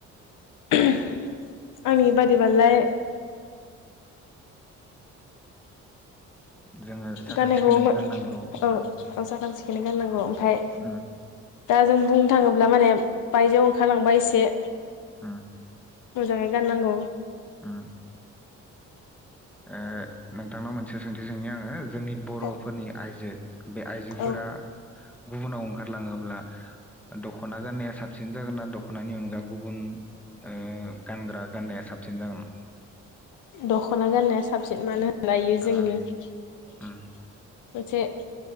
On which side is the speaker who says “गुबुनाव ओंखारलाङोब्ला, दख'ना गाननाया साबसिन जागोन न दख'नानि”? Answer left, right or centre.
Centre